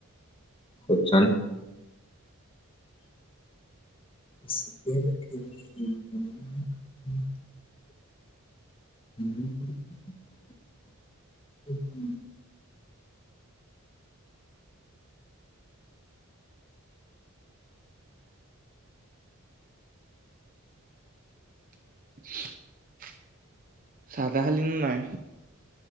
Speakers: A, on the left (about 25°); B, on the right (about 40°).
A: সোধচোন। <unintelligible> <unintelligible> <unintelligible>
B: <inaudible> চাহ-তাহ খালীনে নাই?